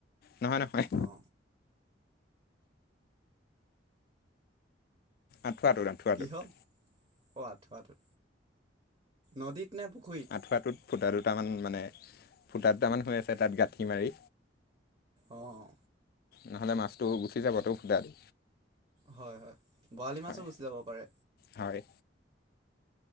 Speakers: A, on the left; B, on the right.
A: নহয় নহয়
B: অ
A: আঁঠুৱাটোত আঁঠুৱাটোত
B: কিহত অ আঠুৱটো। নদীত নে পুখুৰীত?
A: আঁঠুৱাটোত ফুটা দুটামান মানে, ফুটা দুটামান হৈ আছে তাত গাঁঠি মাৰি
B: অঁ
A: নহ'লে মাছটো গুচি যাবতে ফুটা দি
B: হয়। হয়। বৰালি
A: হয়
B: মাছো গুচি যাব পাৰে।
A: হয়